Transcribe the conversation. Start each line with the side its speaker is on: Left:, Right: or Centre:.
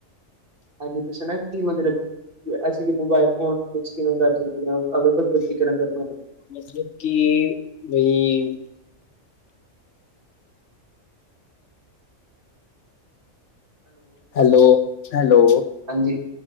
Right: ਇਦਾਂ ਕਿਸੇ ਨੇ, ਨੀ ਲੈਕੇ ਦੇਣੀ ਜੀ। ਐੇ ਕਿ, ਮੋਬਾਇਲ ਫੋਨ ਕਿਵੇਂ ਕਰ ਸਕਦੇ, ਅਗਰ ਵਧੀਆ ਤਰੀਕੇ ਨਾਲ ਕਰਨਾ
Left: ਮਤਲਬ ਕਿ ਬਈ ਹੈਲੋ ਹੈਲੋ
Right: ਹਾਂਜੀ,